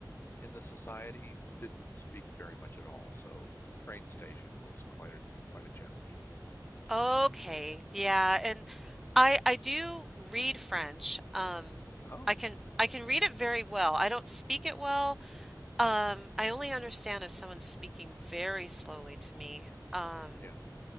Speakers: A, on the left; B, in the centre.
A: in the society didn't speak very much at all. So a train station was quite a quite a challenge.
B: Okay, yeah, and I I do read French. Um,
A: Oh,
B: I can I can read it very well. I don't speak it well. Um, I only understand if someone's speaking very slowly to me. Um,
A: yeah.